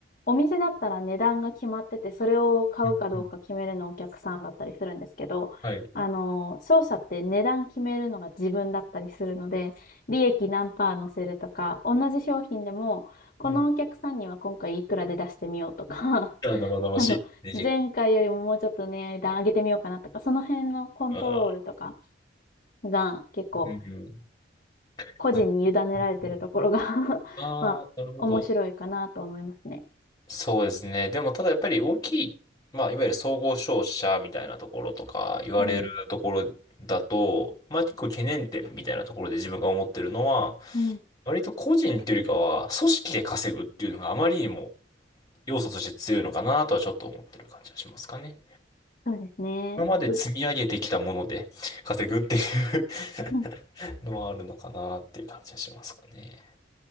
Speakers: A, on the left; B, on the left.
A: お店だったら値段が決まってて、それを買うかどうか決めるのお客さんだったりするんですけど、
B: うんうんはい。
A: あの、商社って値段決めるのが自分だったりするので、利益何パー乗せるとか、同じ商品でも、このお客さんには今回いくらで出してみようとか
B: うんあ生々しいね。
A: <laughs> あの、前回よりももうちょっとね値段上げてみようかなとか、
B: 結
A: その辺のコントロールとか
B: 構あ
A: が結構
B: ーうんうん
A: 個人に委ねられてるところが
B: あうんうん
A: <laughs>
B: あー、
A: まあ、
B: なるほど。
A: 面白いかなと思いますね。
B: そうですね。でも、ただやっぱり大きい、まあ、いわゆる総合商社みたいなところとか言われるところだと、
A: うん。
B: まあ、結構懸念点みたいなところで自分が思ってるのは、
A: うん。
B: 割と個人っていうよりかは、組織で稼ぐっていうのがあまりにも要素として強いのかなとはちょっと思ってる感じがしますかね。
A: そうですね。
B: 今まで積み上げてきたもので稼ぐっていう
A: と、うん。
B: <laughs> のはあるのかなっていう感じがしますかね。